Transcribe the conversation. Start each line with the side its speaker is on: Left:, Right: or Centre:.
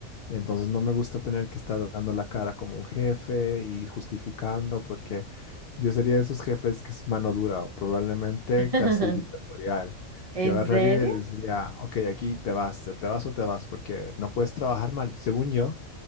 Left: Entonces no me gusta tener que estar dando la cara como un jefe y justificando porque yo sería de esos jefes que es mano dura, probablemente
Right: <laughs>
Left: casi dictatorial.
Right: ¿En
Left: Yo agarraría
Right: serio?
Left: y les diría, ok, aquí te vas, o te vas o te vas, porque no puedes trabajar mal. Según yo,